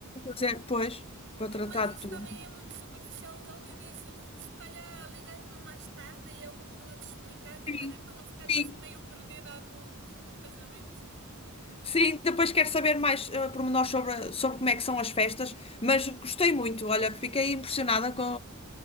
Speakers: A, on the left (about 25°); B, on the right (about 60°).
A: Fazer, pois, para tratar
B: Mas isso
A: de tudo.
B: também é muito superficial o que eu te disse. Se calhar ligas-me mais tarde e eu continuo a te explicar, que
A: Sim,
B: é também para não ficares
A: sim,
B: assim meio perdida num, <laughs> num casamento.
A: sim. Depois quero saber mais uh, pormenores sobre, sobre como é que são as festas, mas gostei muito. Olha, fiquei impressionada com,